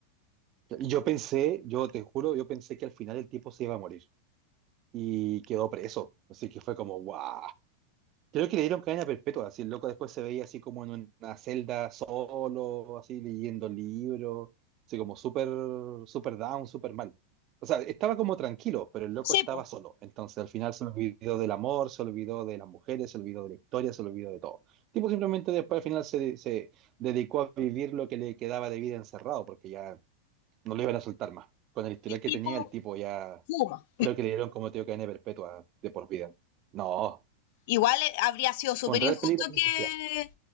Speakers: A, on the right; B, on the left.
A: Yo pensé, yo te juro, yo pensé que al final el tipo se iba a morir y quedó preso. Así que fue como, ¡guau! Creo que le dieron cadena perpetua, así el loco después se veía así como en una celda solo, así leyendo libros, así como súper, súper down, súper mal. O sea, estaba como tranquilo, pero el loco
B: Sepo,
A: estaba solo. Entonces al final se olvidó del amor, se olvidó de las mujeres, se olvidó de la historia, se olvidó de todo. El tipo simplemente después al final se, se dedicó a vivir lo que le quedaba de vida encerrado, porque ya no le iban a soltar más. Con el historial
B: el
A: que
B: tipo
A: tenía, el tipo ya
B: fuma.
A: creo que le dieron como te digo cadena perpetua de por vida. No.
B: Igual eh, habría sido súper
A: Pondrá
B: injusto
A: el peligro de
B: que,
A: la sociedad.